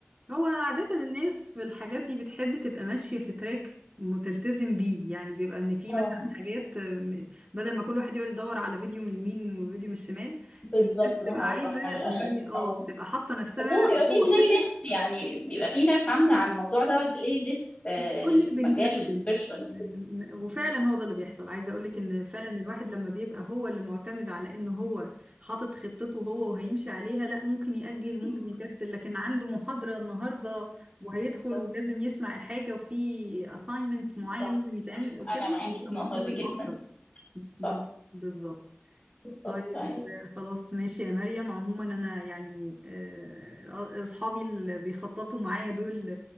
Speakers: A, on the right; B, on the left.
A: عادة الناس في الحاجات دي بتحب تبقى ماشية في تراك متلتزم بيه يعني بيبقى ان في
B: اه
A: مثلا حاجات آه، م- بدل ما كل واحد يقعد يدور على فيديو من اليمين وفيديو من الشمال
B: بالظبط
A: الناس بتبقى
B: ما
A: عايزة
B: هو صح للاسف
A: ان هي اه
B: اه
A: تبقى حاطة نفسها
B: بس هو بيبقى فيه
A: جوه
B: بلاي
A: خطة
B: ليست يعني بيبقى فيه ناس عامله عن الموضوع ده بلاي ليست آه،
A: بقول
B: للمجال
A: لك بنكسل
B: الفيرتشوال
A: يعني ن- وفعلا هو ده اللي بيحصل عايزه اقول لك ان فعلا الواحد لما بيبقى هو اللي معتمد على ان هو حاطط خطته هو وهيمشي عليها لا ممكن يأجل ممكن
B: مم،
A: يكسل لكن عنده محاضره النهارده وهيدخل
B: بالظبط
A: ولازم يسمع الحاجه وفي assignment معين
B: صح
A: لازم يتعمل او
B: انا
A: كده
B: معاكي
A: بيبقى
B: في النقطه
A: ملتزم
B: دي جدا
A: اكتر
B: صح
A: ب- بالظبط
B: بالظبط
A: طيب
B: طيب
A: آه، خلاص ماشي يا مريم عموما انا يعني آه، آه، اصحابي اللي بيخططوا معايا دول